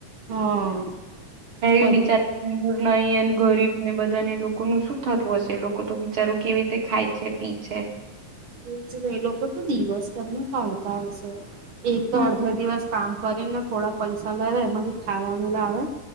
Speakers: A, on the right (about 55°); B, on the right (about 40°).
A: હા, બધું.
B: એ બિચારા અહી અને ગરીબ ને બધા ને લોકોનું શું થતું હશે લોકો તો વિચારું કેવી રીતે ખાય છે, પી છે.
A: એ જ ને એ લોકો તો દિવસ તમને કાઢતા હશે. એક
B: હમ
A: તો અડધો દિવસ કામ કરી ને થોડા પૈસા લાવે એમાંથી ખાવાનું લાવે